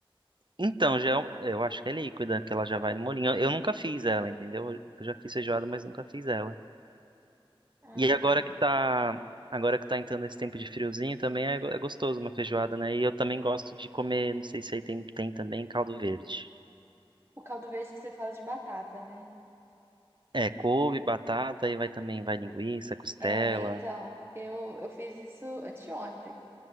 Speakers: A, on the right (about 55°); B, on the right (about 25°).
A: Então, já, é um- eu acho que é líquida, que ela já vai no molinho. Eu, eu nunca fiz ela, entendeu? Eu já fiz feijoada, mas nunca fiz ela.
B: Ah,
A: E agora
B: tá.
A: que tá, agora que tá entrando esse tempo de friozinho, também é, go- é gostoso uma feijoada, né? E eu também gosto de comer, não sei se aí tem, tem também caldo verde.
B: O caldo verde que você fala de batata, né?
A: É, couve, batata, e vai também, vai linguiça, costela.
B: É, então, eu, eu fiz isso anteontem.